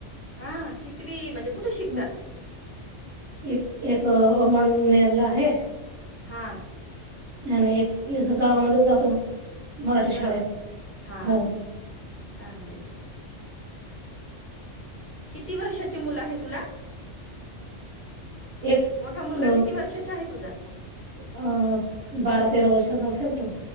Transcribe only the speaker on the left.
हा कीती ती म्हणजे कुठे शिकतात?
हा.
अस?
हा
चांगलय. किती वर्षाची मुलं आहे तुला?
मोठा मुलगा
किती वर्षाचा आहे तुझा?